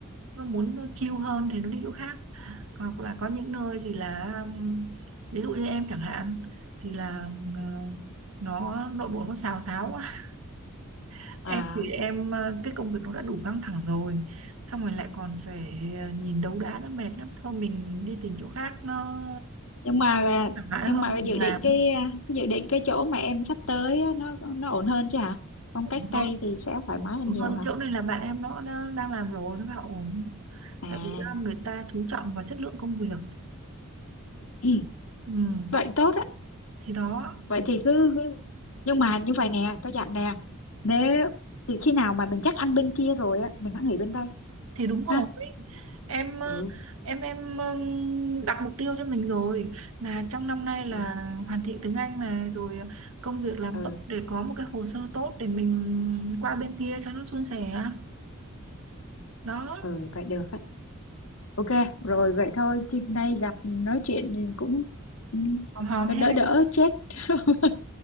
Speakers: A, on the right; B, on the left.
A: nó muốn nó chill hơn thì nó đi chỗ khác hoặc là có những nơi thì là um, ví dụ như em chẳng hạn thì là um, ờ, nó nội bộ nó xào xáo quá <laughs>
B: À,
A: em thì em ờ, cái công việc nó đã đủ căng thẳng rồi xong rồi lại còn phải ờ, nhìn đấu đá nó mệt lắm thôi mình đi tìm chỗ khác nó
B: nhưng mà
A: thoải mái
B: nhưng
A: hơn
B: mà dự
A: làm
B: định cái cái dự định cái chỗ mà em sắp tới á, nó nó ổn hơn chứ hả? Phong
A: ổn
B: cách Tây
A: hơn
B: thì sẽ thoải mái hơn
A: Ổn
B: nhiều
A: hơn
B: hả?
A: chỗ này là bạn em nó, nó đang làm rồi nó bảo ổn
B: À,
A: tại vì ờ, người ta chú trọng vào chất lượng công việc
B: <clears throat> ừ,
A: ừ.
B: vậy tốt á.
A: thì đó
B: Vậy thì cứ, cứ nhưng mà như vậy nè, tao dặn nè. Nếu từ khi nào mà mình chắc ăn bên kia rồi á, mình hãy nghỉ bên đây
A: thì đúng rồi
B: ha.
A: em ờ,
B: Ừ.
A: em em ờ, đặt mục tiêu cho mình rồi là trong năm nay là
B: ừ.
A: hoàn thiện tiếng Anh này rồi ờ, công việc làm
B: ừ
A: tốt để có một cái hồ sơ tốt để mình qua bên kia cho nó suôn sẻ đó
B: Ừ vậy được á. Ok rồi vậy thôi chứ nay gặp nói chuyện thì cũng ừ,
A: hòm hòm
B: nó
A: ha
B: đỡ đỡ chết <laughs>